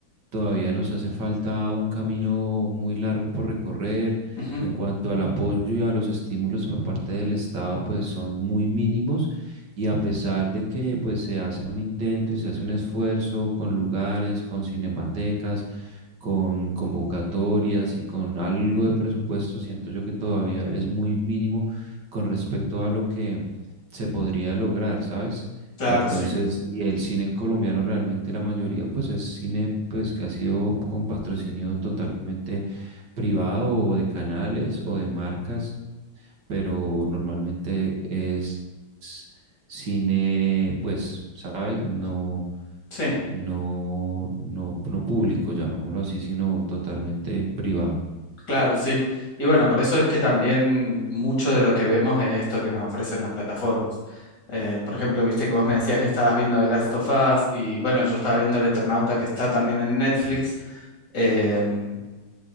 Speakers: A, on the right (about 60°); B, on the left (about 55°).
A: Todavía nos hace falta un camino muy largo por recorrer.
B: Ujú,
A: En cuanto al apoyo y a los estímulos por parte del Estado, pues son muy mínimos y a pesar de que pues se hace un intento y se hace un esfuerzo con lugares, con cinematecas, con convocatorias y con algo de presupuesto, siento yo que todavía es muy mínimo con respecto a lo que se podría lograr, ¿sabes?
B: Claro,
A: Entonces,
B: sí.
A: y el cine colombiano realmente la mayoría, pues es cine pues que ha sido con patrocinio totalmente privado o de canales o de marcas, pero normalmente es cine, pues, ¿sabes? No,
B: Sí,
A: no, no, no público, llamémoslo así, sino totalmente privado.
B: claro, sí. Y bueno, por eso es que también mucho de lo que vemos es esto que nos ofrecen las plataformas. Eh, por ejemplo, viste que vos me decías que estabas viendo The Last of Us y bueno, yo estaba viendo El Eternauta que está también en Netflix. Em,